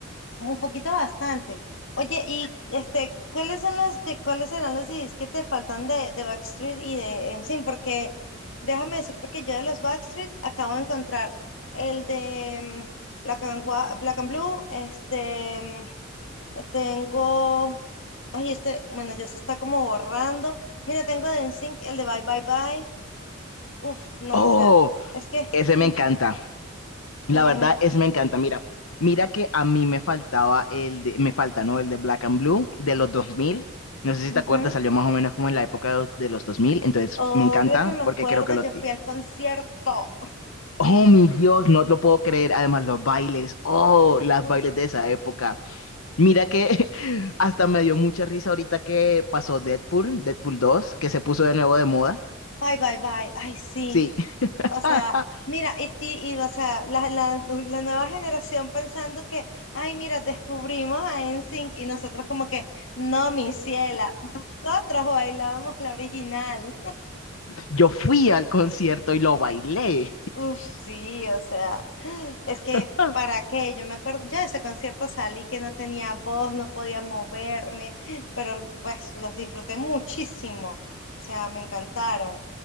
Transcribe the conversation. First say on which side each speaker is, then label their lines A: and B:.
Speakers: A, on the left; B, on the left.
A: un poquito bastante. Oye, y este, ¿cuáles son los que, cuáles serán los CDs que te faltan de, de Backstreet y de NSYNC? Porque déjame decirte que yo de los Backstreet acabo de encontrar el de mm, Black and, Wa- Black and Blue, este, mm, tengo Ay, este, bueno, ya se está como borrando. Mira, tengo de NSYNC el de Bye Bye Bye. Uf, no,
B: Oh,
A: o sea, es que
B: ese
A: ay,
B: me encanta. La
A: tengo.
B: verdad es me encanta. Mira, mira que a mí me faltaba el de, me falta, ¿no? El de Black and Blue de los 2000. No sé si
A: ujú.
B: te acuerdas, salió más o menos como en la época de los de los 2000. Entonces,
A: Obvio
B: me encanta
A: que me
B: porque
A: acuerdo,
B: creo que lo
A: yo
B: ti.
A: fui al concierto.
B: Oh, mi Dios, no lo puedo creer. Además, los bailes. Oh, las
A: Uf,
B: bailes de esa época. Mira que <laughs> hasta me dio mucha risa ahorita que pasó Deadpool, Deadpool dos, que se puso de nuevo de moda.
A: Bye Bye Bye. Ay, sí.
B: Sí. <laughs>
A: O sea, mira, y, y, y, o sea, la, la, la nueva generación pensando que, ay, mira, descubrimos a NSYNC y nosotros como que, no, mi ciela, nosotros bailábamos la original.
B: Yo fui al concierto y lo bailé.
A: Uf, sí, o sea, es que
B: <laughs>
A: para qué, yo me acuerdo, yo de ese concierto salí que no tenía voz, no podía moverme, pero pues los disfruté muchísimo, o sea, me encantaron, o